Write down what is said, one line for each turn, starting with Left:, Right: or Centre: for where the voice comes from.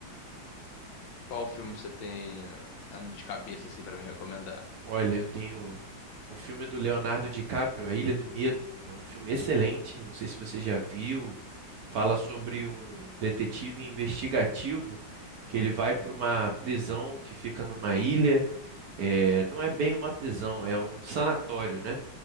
Left: Qual filme você tem aí de cabeça assim pra me recomendar?
Right: Olha, eu tenho o filme do Leonardo DiCaprio, A Ilha do Medo. É um filme excelente, não sei se você já viu. Fala sobre um detetive investigativo que ele vai para uma prisão que fica numa ilha. É, não é bem uma prisão, é um sanatório, né?